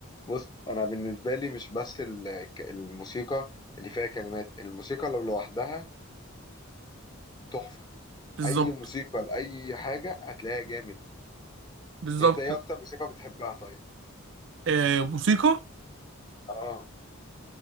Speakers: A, on the left; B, on the right.
A: بص انا بالنسبه لي مش بس ال- ك- الموسيقى اللي فيها كلمات الموسيقى لو لوحدها تحفه
B: بالظبط
A: اي موسيقى لاي حاجه هتلاقيها جامد
B: بالظبط
A: يعني انت ايه اكتر موسيقى بتحبها طيب
B: آه موسيقى
A: اه